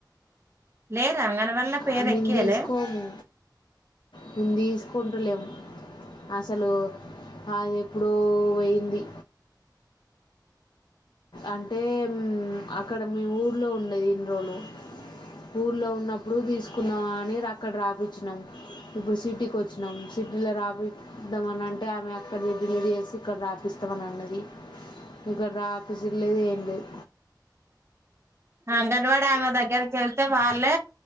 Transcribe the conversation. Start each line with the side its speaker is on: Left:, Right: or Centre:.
Right: లేరా అంగన్ వల్ల పేరు
Left: అ మేం
Right: ఎక్కియలే
Left: తీసుకోము. మేం తీసుకుంటలేము అసలు. అదే ఎప్పుడో పోయింది. అంటే మ్మ్ ఇక్కడ మీ ఊర్లో ఉండేది ఇన్ని రోజులు ఊర్ల్లో ఉన్నప్పుడు తీసుకు కుందం అని అక్కడ రాపిచ్చినాం ఇప్పుడు సిటీకి వచ్చినాం సిటీలో రా రాపిద్దామని అంటే ఆమె అక్కడి డిలీట్ చేసి ఇక్కడ రాపిస్తామని అన్నది. ఇక్కడ లేదు ఏమీ లేదు.
Right: అంగన్వాడీ ఆమె దగ్గరకి వెళ్తే వాళ్ళే